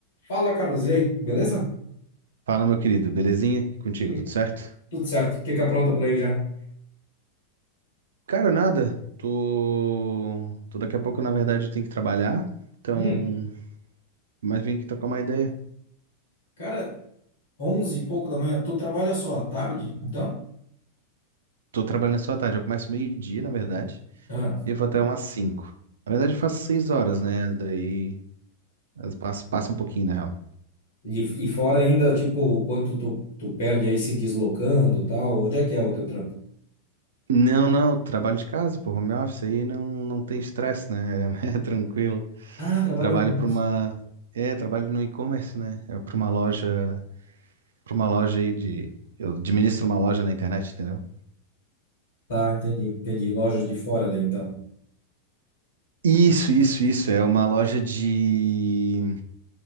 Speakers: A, on the left; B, on the right.
A: Fala, Carlos, e aí, beleza?
B: Fala, meu querido, belezinha? E Contigo,
A: E-
B: tudo certo?
A: Tudo certo, o que que apronta por aí já?
B: Cara, nada. Tô... Tô daqui a pouco, na verdade, tenho que trabalhar. Então,
A: Hum,
B: mas vim aqui tocar uma ideia.
A: Cara, 11 e pouco da manhã, tu trabalha só à tarde, então?
B: Tô trabalhando só à tarde. Eu começo meio-dia, na verdade,
A: Ah,
B: e eu vou até umas 5. Na verdade, eu faço 6 horas, né? Daí as- passa passa um pouquinho, na real.
A: e, e fora ainda, tipo, o quanto tu, tu perde aí se deslocando, tal, onde é que é o teu trampo?
B: Não, não, trabalho de casa, pô, home office aí não, não tem estresse, né? <laughs> É tranquilo.
A: Ah, trabalha
B: Trabalho
A: home
B: para
A: office.
B: uma. É, trabalho no e-commerce, né? É para uma loja. pra uma loja aí de. Eu administro uma loja na internet, entendeu?
A: Tá, entendi, entendi, lojas de fora daí, então.
B: Isso, isso, isso. É uma loja de.